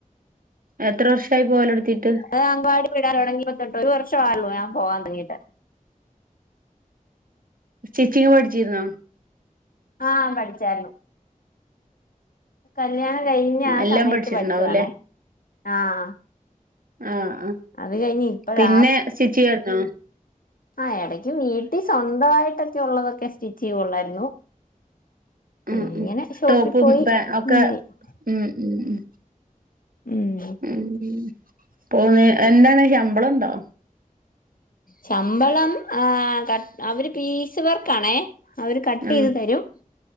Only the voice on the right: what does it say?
എത്ര വർഷായി പോവലൊട്ത്തീട്ട്.
സ്റ്റിച്ചിങ്ങ് പഠിച്ചിരുന്നോ
എല്ലാം
പഠിച്ചിട്ടുണ്ടാവുംല്ലേ
ആഹ് ആഹ്
പിന്നെ സ്റ്റിച്ച് ചെയ്യാർന്നോ
ഉം ഉം
ടോപ്പും
പാ
ഒക്കെ ഉം ഉം ഉം
ഉം പോന്ന് എന്താണ് ശമ്പളം ഉണ്ടോ
ആഹ്